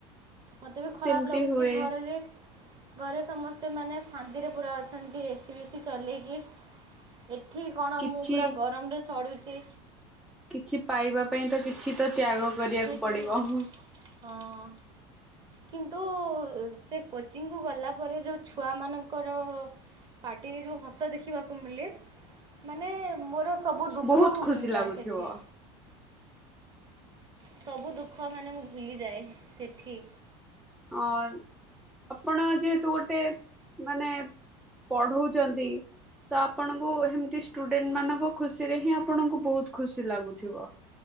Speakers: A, on the right (about 30°); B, in the centre.
A: ମୋତେ ବି ଖରାପ
B: ସେମିତି
A: ଲାଗୁଛି
B: ହୁଏ
A: ଘରରେ। ଘରେ ସମସ୍ତେ ମାନେ ଶାନ୍ତିରେ ପୁରା ଅଛନ୍ତି ଏସିି ବିସି ଚଲେଇକି। ଏଠି କଣ
B: କିଛି
A: ମୁଁ ପୁରା ଗରମରେ ସଡ଼ୁଛି।
B: କିଛି ପାଇବା ପାଇଁ ତ କିଛି ତ ତ୍ୟାଗ କରିବାକୁ
A: ହୁଁ ହୁଁ
B: ପଡିବ
A: ହୁଁ
B: ହଁ
A: ହଁ। କିନ୍ତୁ ସେ କୋଚିଂକୁ ଗଲା ପରେ ଯେଉଁ ଛୁଆମାନଙ୍କର ପାଟିରେ ଯୋଉ ହସ ଦେଖିବାକୁ ମିଳେ ମାନେ ମୋର ସବୁ ଦୁଃଖ
B: ବହୁତ
A: ମୁଁ
B: ଖୁସି
A: ଭୁଲିଯାଏ
B: ଲାଗୁଥିବ
A: ସେଠି। ସବୁ ଦୁଃଖ ମାନେ ମୁଁ ଭୁଲିଯାଏ ସେଠି।
B: ହଁ ଆପଣ ଯେହେତୁ ଗୋଟେ ମାନେ ପଢଉଛନ୍ତି। ତ ଆପଣଙ୍କୁ ହେମିତି ଷ୍ଟୁଡେଣ୍ଟ ମାନଙ୍କ ଖୁସିରେ ହିଁ ଆପଣଙ୍କୁ ବହୁତ ଖୁସି ଲାଗୁଥିବ।